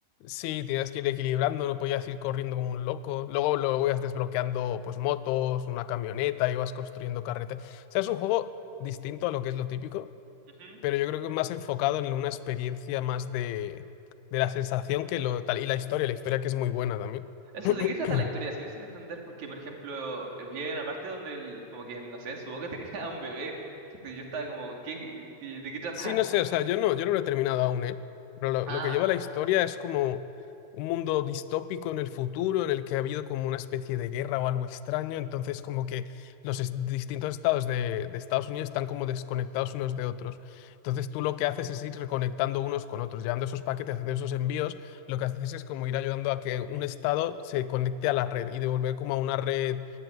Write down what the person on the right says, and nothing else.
Ujú.
Eso,
¿de qué trata la historia? Sigo sin entender porque, por ejemplo, vi una parte donde el- como que, no sé, en su boca <laughs> tenía a un bebé. Entonces yo estaba como, ¿qué, qué- de qué trata?
Ah,